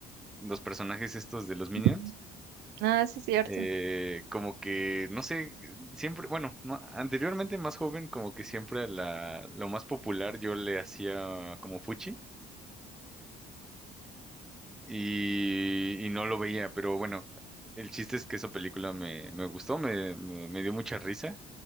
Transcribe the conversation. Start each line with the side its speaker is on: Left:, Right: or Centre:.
Centre: los personajes estos de los Minions,
Right: Ujú. Ah, sí, es cierto.
Centre: eh, como que no sé, siempre, bueno, ma- anteriormente más joven como que siempre a la, lo más popular yo le hacía como fuchi y, y no lo veía, pero bueno, el chiste es que esa película me, me gustó, me, me me dio mucha risa.